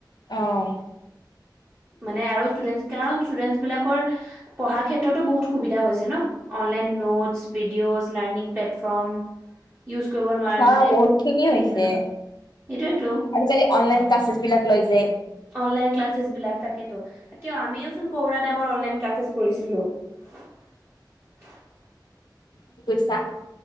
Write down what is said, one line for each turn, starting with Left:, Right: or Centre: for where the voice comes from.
Left: অঁ।
Right: মানে আৰু ষ্টুডেন্ট কাৰ ষ্টুডেন্টছ বিলাকৰ পঢ়াৰ ক্ষেত্ৰতো বহুত সুবিধা হৈছে ন। Online notes videos learning platform. Use কৰিব নোৱাৰ
Left: হা
Right: মানে
Left: বহুত
Right: হেৰি
Left: খিনি হৈছে।
Right: হয় ন। সেইটোয়েতো
Left: আজিকালি অনলাইন ক্লাছেছ বিলাক লৈছে।
Right: অনলাইন ক্লাছ বিলাক তাকে। কিয় আমিওচোন কৰা টাইম অনলাইন ক্লাছ কৰিছিলো। <unintelligible>
Left: কি কৈছা?